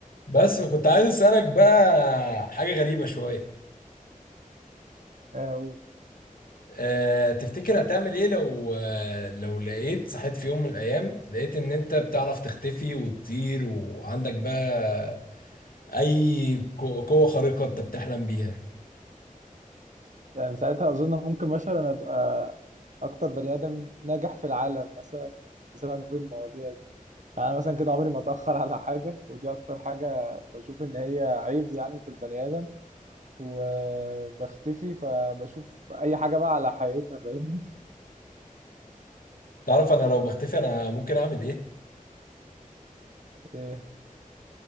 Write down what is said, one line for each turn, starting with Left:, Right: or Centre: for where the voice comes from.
Left: بس فكنت عايز اسالك بقى حاجه غريبه شويه
Right: آه،
Left: أه تفتكر هتعمل ايه لو آه، لو لقيت صحيت في يوم من الايام لقيت ان انت بتعرف تختفي وتطير وعندك بقى اي قو- قوه خارقه انت بتحلم بيها
Right: يعني ساعتها أظن ممكن مثلا أبقى أكتر بني آدم ناجح في العالم مثلا بسبب المواضيع دي يعني أنا مثلا كده عمري ما أتأخر على حاجة ودي أكتر حاجة بشوف إن هي عيب يعني في البني آدم وبختفي فبشوف أي حاجة بقى على حقيقتها فاهمني؟
Left: تعرف انا لو بختفي انا ممكن اعمل ايه
Right: إيه